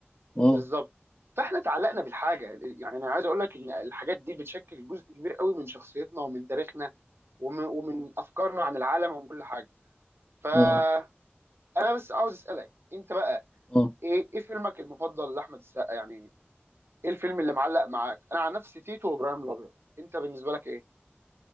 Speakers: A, on the left; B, on the right.
A: مم.
B: بالظبط فاحنا اتعلقنا بالحاجه يعني انا عايز اقول لك ان الحاجات دي بتشكل جزء كبير قوي من شخصيتنا ومن تاريخنا ومن, ومن افكارنا عن العالم ومن كل حاجه فانا
A: مم.
B: بس عاوز اسالك انت بقى
A: مم.
B: ايه ايه فيلمك المفضل لاحمد السقا يعني ايه الفيلم اللي معلق معاك انا عن نفسي تيتو وابراهيم الابيض انت بالنسبه لك ايه